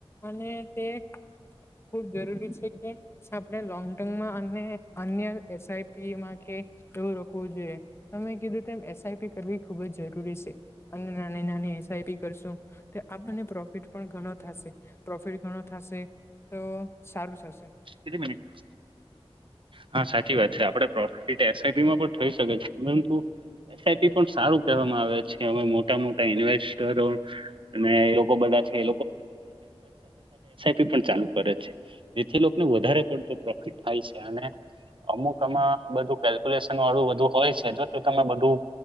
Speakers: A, on the left; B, on the right.
A: અને તે ખુબ જરૂરી છે આપણે લોંગ ટર્મમાં અને અન્ય એસઆઈપીમાં કે એવું રોકવું જોઈએ કીધું એસઆઈપી કરવી ખુબ જ જરૂરી છે અને નાની નાની આપને પ્રોફિટ પણ ઘણો થશે પ્રોફિટ ગણો થશે તો સારું થશે
B: કેટલી મિનટ હા સાચી વાત છે આપડ પ્રોફિટ એસઆઈબી માં પણ થઈ શકે છે પરંતુ એસઆઈપી પણ સારું કહેવામાં આવે છે હવે મોટા મોટા ઇન્વેસ્ટરો અને એ લોકો બધા સી પણ ચાલુ કરે છે જેથી ને વધારે પડતો પ્રોફિટ થાય છે અને અમુક આમાં બધું કેલ્ક્યુલેશન વાળું બધું હોય છે જો તો તમે બધું